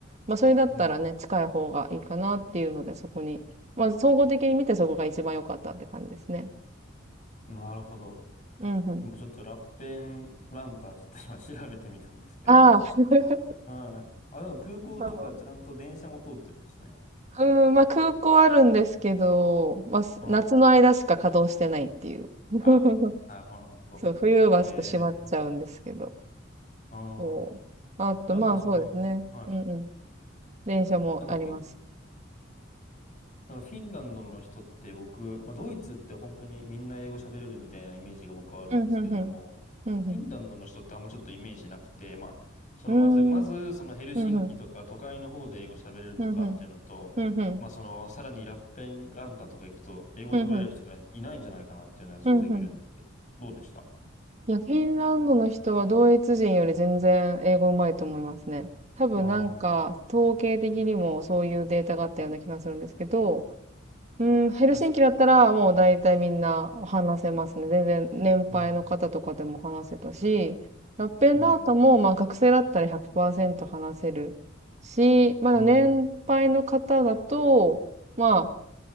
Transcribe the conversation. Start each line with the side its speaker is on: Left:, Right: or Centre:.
Right: まあそれだったらね、
Left: うん、
Right: 近い方がいいかなっていうので、そこに、まあ総合的に見てそこが一番良かったって感じですね。
Left: うん。なるほど。
Right: うんうん。
Left: 今ちょっとラッペンランターちょっと今調べてみたんですけれども。
Right: ああ、<laughs>
Left: はい。あ、でも空港とかちゃんと電車も通ってるんですね。
Right: そう。うん、まあ空港あるんですけど、まあす夏の間しか稼働してないっていう。
Left: はい。
Right: <laughs>
Left: あ、なるほど、なるほど。
Right: そう、冬はちょっと閉まっちゃうんですけど。
Left: ええうん。
Right: そう。あと、
Left: なんかその、
Right: まあそうですね。
Left: はい。
Right: うんうん。電車もあります。
Left: なんかフィ、なんかフィンランドの人って僕、まあドイツって本当にみんな英語喋れるみたいなイメージが僕はあるんですけれども、
Right: うんうんうん。うん
Left: フィンランドの人ってあんまちょっとイメージなくて、まあ、そのまず、
Right: うん。
Left: まず、
Right: うーん。
Left: そのヘルシンキとか都会の方で英語喋れるのかっていうのと、
Right: ふんふん、ふんふん、ふんふん、
Left: まあ、その、さらにラッペンランタとか行くと、英語喋れる人がいないんじゃないかなっていうのは予想できるんですけど、
Right: ふんふん、ふんふん。
Left: どうでした
Right: いや、フィンランドの人はドイツ人より全然英語うまいと思いますね。多分なんか、
Left: ああー、
Right: 統計的にもそういうデータがあったような気がするんですけど、うん、ヘルシンキだったらもう大体みんな話せますね。
Left: 確かに。
Right: 全然年配の方とかでも話せたし、
Left: うん、
Right: ラッペンラータもまあ学生だったら100%
Left: うん、
Right: 話せるし、まだ年配の方だと、
Left: うん、
Right: まあ、